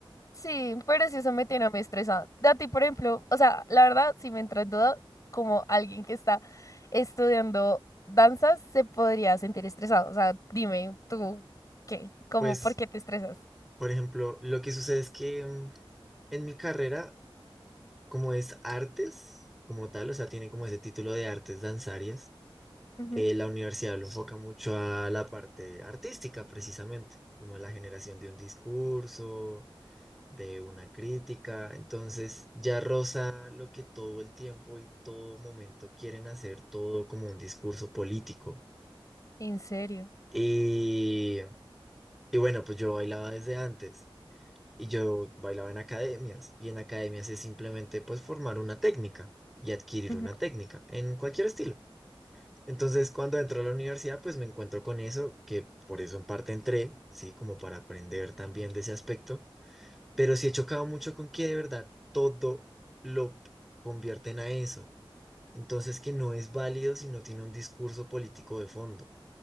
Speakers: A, on the left (about 40°); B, in the centre.
A: Sí, pero si eso me tiene muy estresada. A ti, por ejemplo, o sea, la verdad, si me entra en duda, como alguien que está estudiando danzas, se podría sentir estresado. O sea, dime tú, ¿qué? ¿Cómo,
B: Pues,
A: por qué te estresas?
B: por ejemplo, lo que sucede es que mm, en mi carrera, como es artes, como tal, o sea, tiene como ese título de artes danzarias
A: Ujú.
B: eh, la universidad lo enfoca mucho a la parte artística, precisamente, como a la generación de un discurso, de una crítica. Entonces, ya roza lo que todo el tiempo y todo momento quieren hacer todo como un discurso político.
A: ¿En serio?
B: Y, y bueno, pues yo bailaba desde antes y yo bailaba en academias y en academias es simplemente pues formar una técnica y adquirir
A: Ujú.
B: una técnica en cualquier estilo. Entonces, cuando entro a la universidad, pues me encuentro con eso, que por eso en parte entré, sí, como para aprender también de ese aspecto, pero sí he chocado mucho con que de verdad todo lo convierten a eso. Entonces, que no es válido si no tiene un discurso político de fondo.